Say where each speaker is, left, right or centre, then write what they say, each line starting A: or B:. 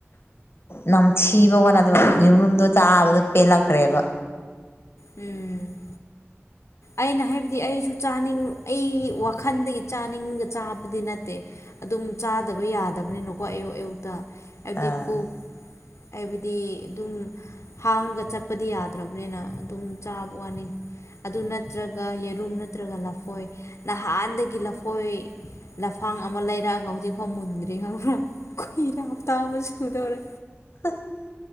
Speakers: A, on the left; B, on the left.
A: ꯅꯝꯊꯤꯕ ꯍꯣꯠꯅꯗꯕ ꯌꯨꯝꯔꯨꯝꯗꯣ ꯇꯥꯕꯗꯣ ꯄꯦꯜꯂꯛꯈ꯭ꯔꯦꯕ
B: ꯎꯝ ꯑꯩꯅ ꯍꯥꯏꯕꯗꯤ ꯑꯩꯁꯨ ꯆꯥꯅꯤꯡ ꯑꯩ ꯋꯥꯈꯜꯗꯒꯤ ꯆꯥꯅꯤꯡꯒ ꯆꯥꯕꯗꯤ ꯅꯠꯇꯦ ꯑꯗꯨꯝ ꯆꯥꯗꯕ ꯌꯥꯗꯕꯅꯤꯅꯀꯣ ꯑꯌꯨꯛ ꯑꯌꯨꯛꯇ ꯍꯥꯏꯕꯗꯤ
A: ꯑꯥ
B: ꯄꯨꯛ ꯍꯥꯏꯕꯗꯤ ꯑꯗꯨꯝ ꯍꯥꯡꯉꯒ ꯆꯠꯄꯗꯤ ꯌꯥꯗ꯭ꯔꯕꯅꯤꯅ ꯑꯗꯨꯝ ꯆꯥꯕ ꯋꯥꯅꯤ ꯑꯗꯨ ꯅꯠꯇ꯭ꯔꯒ ꯌꯦꯔꯨꯝ ꯅꯠꯇ꯭ꯔꯒ ꯂꯐꯣꯏ ꯅꯍꯥꯟꯗꯒꯤ ꯂꯐꯣꯏ ꯂꯐꯥꯡ ꯑꯃ ꯂꯩꯔꯛꯑꯒ ꯍꯧꯖꯤꯛꯐꯥꯎ ꯃꯨꯟꯗ꯭ꯔꯦ ꯈꯪꯕ꯭ꯔꯥ ꯀꯨꯔ ꯍꯞꯇꯥꯕ ꯁꯨꯗꯧꯔꯦ
A: <unintelligible>